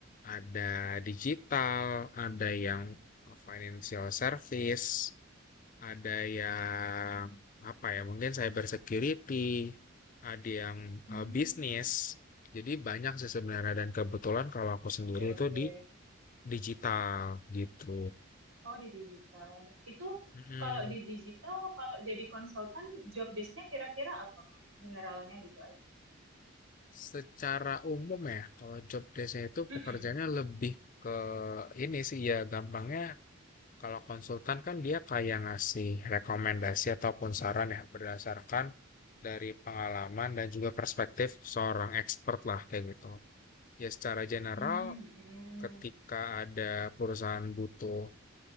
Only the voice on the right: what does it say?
Hmm,
oke
oke.
Oh di digital. Itu
kalau di digital, kalau jadi konsultan, job desk-nya kira-kira apa Kak? Generalnya gitu aja.
Mm-mm.
Hmm, mm-mm.